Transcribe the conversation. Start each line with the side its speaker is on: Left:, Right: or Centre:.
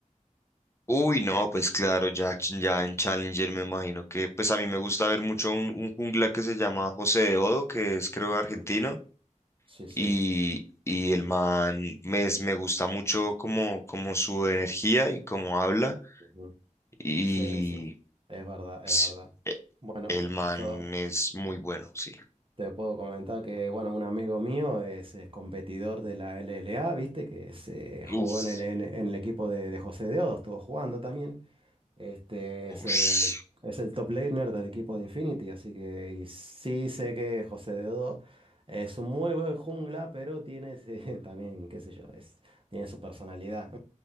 Left: Uy, no, pues claro, ya, ya en Challenger me imagino que, pues a mí me gusta ver mucho un, un jungla que se llama José de Odo, que es creo argentino,
Right: Ujú, Sí, sí.
Left: y, y el man me, es- me gusta mucho como, como su energía y como habla,
Right: ujú.
Left: y
Right: Sí, sí. Es verdad,
Left: s-
Right: es verdad.
Left: e-
Right: Bueno,
Left: el man
Right: yo
Left: es muy bueno, sí.
Right: Te puedo comentar que, bueno, un amigo mío es, eh, competidor de la LLA, viste, que se jugó
Left: Uf,
Right: en el, en, en el equipo de, de José Deodo, estuvo jugando también. Este
Left: ush.
Right: es el, es el top laner del equipo de Infinity, así que y sí sé que José Deodo es un muy buen jungla, pero tiene ese- <laughs> también, qué sé yo, es, tiene su personalidad.